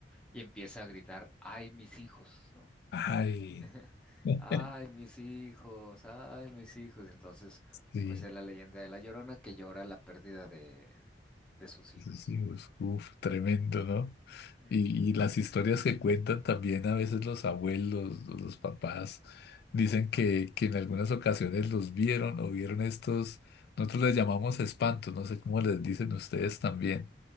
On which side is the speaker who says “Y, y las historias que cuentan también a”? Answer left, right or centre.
Left